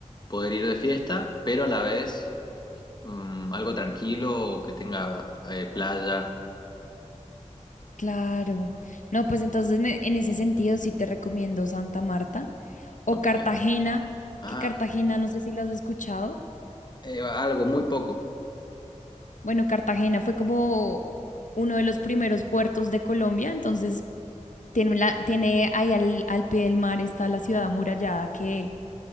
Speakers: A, on the left; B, on the left.
A: poder ir de fiesta, pero a la vez mm, algo tranquilo que tenga eh, playa.
B: Claro. No, pues entonces ne- en ese sentido sí te recomiendo Santa Marta o
A: Ok.
B: Cartagena,
A: Ah,
B: que Cartagena, no sé si lo has escuchado.
A: eh, algo muy poco.
B: Bueno, Cartagena fue como uno de los primeros puertos de Colombia, entonces tiene, la, tiene ahí al, al pie del mar está la ciudad amurallada que,